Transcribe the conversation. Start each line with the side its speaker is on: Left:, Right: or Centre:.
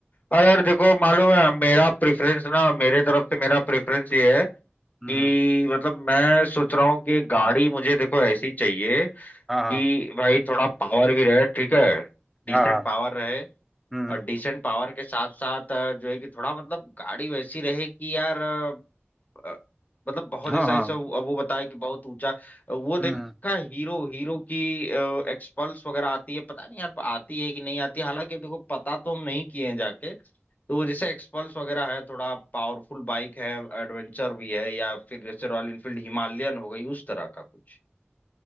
Left: अरे यार देखो मालूम है मेरा प्रेफरेंस ना मेरे तरफ से मेरा प्रेफरेंस ये है
Centre: हम्म
Left: कि
Centre: हम्म,
Left: मतलब मैं सोच रहा हूँ कि गाड़ी मुझे देखो ऐसी चाहिए
Centre: हाँ
Left: कि भाई थोड़ा पावर भी रहे ठीक है डिसेंट
Centre: हाँ हाँ हाँ
Left: पावर रहे
Centre: हम्म हम्म,
Left: और डिसेंट पावर के साथ साथ अ, जो है कि थोड़ा मतलब गाड़ी वैसी रहे कि यार अ, अ, मतलब बहुत
Centre: हाँ
Left: ऐसा
Centre: हाँ
Left: ऐसा वो- अब वो बताया कि बहुत ऊंचा वो देखा
Centre: हम्म
Left: हीरो हीरो की एक्सपल्स वगैरह आती है पता नहीं यार आती है कि नहीं आती है हालांकि देखो पता तो हम नहीं किए हैं जाके तो वो जैसे एक्सपल्स वगैरह है थोड़ा पावरफुल बाइक है एडवेंचर भी है या फिर जैसे रॉयल इनफील्ड हिमालयन हो गई उस तरह का कुछ